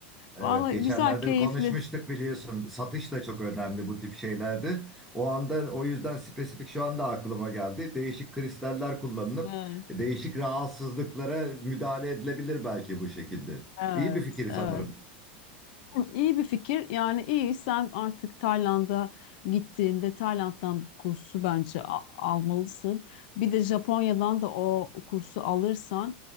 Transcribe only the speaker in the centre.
Evet,
geçenlerde
bir konuşmuştuk biliyorsun. Satış da çok önemli bu tip şeylerde. O anda o yüzden spesifik şu anda aklıma geldi. Değişik kristaller kullanılıp
değişik rahatsızlıklara müdahale edilebilir belki bu şekilde.
İyi bir fikir
sanırım.